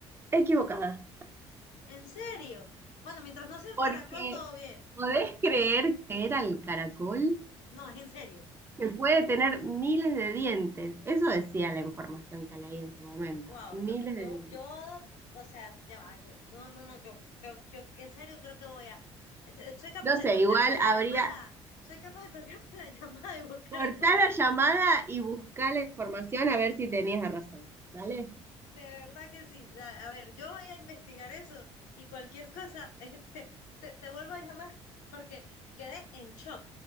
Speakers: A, on the right; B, on the left.
A: equivocada.
B: ¿En serio? Bueno, mientras no sea el
A: Porque,
B: caracol, todo bien.
A: ¿podés creer que era el caracol?
B: No, es en serio.
A: que puede tener miles de dientes. Eso decía la información que leí en su momento.
B: Wow.
A: Miles
B: no,
A: de
B: yo,
A: dientes.
B: yo, o sea, ya va, yo, no, no, no, yo, yo, yo, en serio creo que voy a, yo- soy capaz
A: No
B: de
A: sé,
B: colgarte
A: igual
B: la
A: habría.
B: llamada, soy capaz de colgarte <laughs> la llamada y buscar
A: Cortá
B: en Google.
A: la llamada y buscá la información a ver si tenías razón. ¿Dale?
B: De verdad que sí. A, a ver, yo voy a investigar eso y cualquier cosa, <laughs> este, te, te vuelvo a llamar porque quedé en shock.